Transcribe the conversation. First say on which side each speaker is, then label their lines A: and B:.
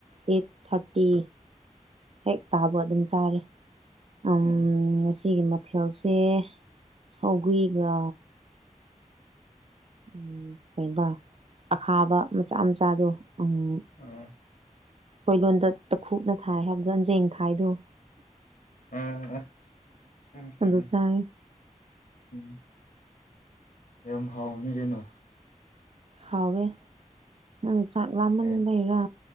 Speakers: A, on the right; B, on the left.
A: ꯑꯩꯠ ꯊꯥꯔꯇꯤ ꯍꯦꯛ ꯇꯥꯕꯒ ꯑꯗꯨꯝ ꯆꯥꯔꯦ ꯑꯝ
B: ꯎꯝ
A: ꯉꯁꯤꯒꯤ ꯃꯊꯦꯜꯁꯦ ꯁꯧꯒ꯭ꯔꯤꯒ ꯎꯝ ꯀꯩꯕ ꯑꯈꯥꯕ ꯃꯆꯥ ꯃꯆꯥꯗꯣ ꯎꯝ
B: ꯑꯝ
A: ꯑꯩꯈꯣꯏ ꯂꯣꯟꯗ ꯇꯈꯨꯠꯅꯊꯥꯏ ꯍꯥꯏꯕꯗꯣ ꯑꯟꯖꯦꯡ ꯊꯥꯏꯗꯣ
B: ꯑ ꯑꯝ
A: ꯑꯗꯨ ꯆꯥꯏ
B: <unintelligible> ꯌꯥꯝ ꯍꯥꯎꯕꯅꯤ ꯀꯩꯅꯣ
A: ꯍꯥꯎꯋꯦ ꯅꯪ ꯆꯥꯛ ꯂꯥꯃꯟꯕꯩꯔꯥ
B: ꯑꯩ